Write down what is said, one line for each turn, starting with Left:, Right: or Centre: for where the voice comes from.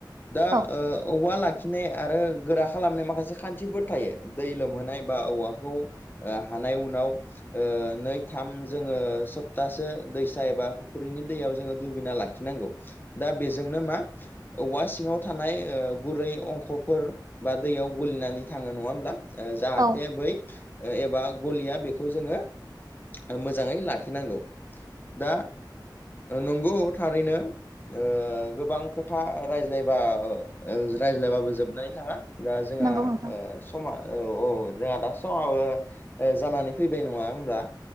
Left: दा
Right: औ
Left: ओ औवा लाखि आखिनाय आरो गोरा खालामनाय माखासे खान्थिफोर थायो दै लोमहोनाय बा औवाखौ ओ हानाय उनाव ओ नै थाम जोङो सप्तासे दैसा एबा फुख्रिनि दैयाव जोङो दुबैना लाखिनांगौ, दा बेजोंनो मा? औवा सिंङाव थानाय ओ गुरै अंखफोर बा दैयाव गोलिनानै थाङो नङा होमब्ला? ओ जाहाथे
Right: औ
Left: बै ओ एबा गलिया बेखौ जोङो मोजाङै ला खि नांगौ दा नंगौ थारैनो। ओ गोबां खोथा रायज्लायबा ओ रायज्लायबाबो जोबनानै थाङा। दा जोंहा
Right: नंगौ नोंथां
Left: ओ समा औ औ जोंहा दा समाबो ओ जानानै फैबाय नङा होमब्ला?